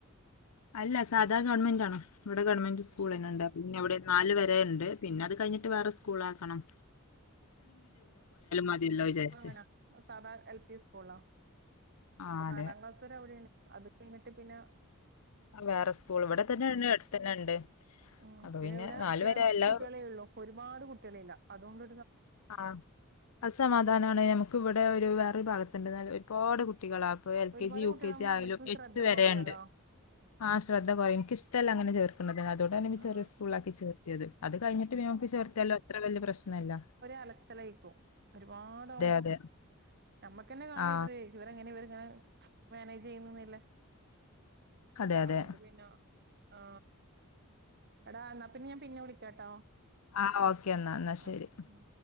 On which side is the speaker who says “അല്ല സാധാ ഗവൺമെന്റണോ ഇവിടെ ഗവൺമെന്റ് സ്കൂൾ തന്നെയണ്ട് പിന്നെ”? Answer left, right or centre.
Left